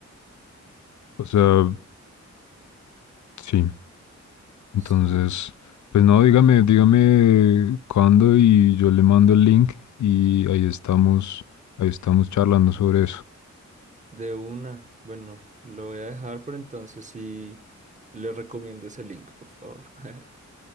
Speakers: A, on the left; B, on the right.
A: O sea,
B: sí,
A: sí. Entonces,
B: sí.
A: pues no, dígame, dígame cuándo y yo le mando el link y ahí estamos, ahí estamos charlando sobre eso.
B: De una, bueno, lo voy a dejar, pero entonces sí, le recomiendo ese link, por favor. <laughs>